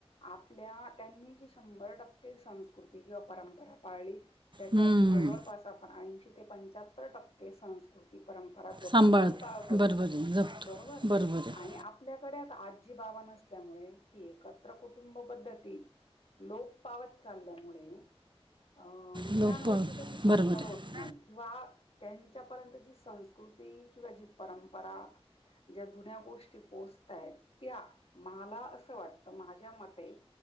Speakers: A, on the left (about 70°); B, on the right (about 50°).
A: आपल्या त्यांनी जी शंभर टक्के संस्कृती किंवा परंपरा पाळली त्याच्यात
B: हम्म,
A: जवळपास आपण ऐंशी ते पंच्याहत्तर टक्के संस्कृत परंपरा जोपतो
B: सांभाळतो
A: आणि बरोबर
B: आहे जपतो
A: आणि
B: बरोबर आहे
A: आणि आपल्याकडे आजी बाबा नसल्यामुळे ही एकत्र कुटुंब पद्धती लोक पावत चालल्यामुळे अ मुलांवरती
B: लोप
A: तसे संस्कार
B: बरोबर आहे
A: होत नाही किंवा त्यांच्यापर्यंत जी संस्कृती किंवा जी परंपरा ज्या जुन्या गोष्टी पोहोचताय त्या असं वाटतं माझ्या मते,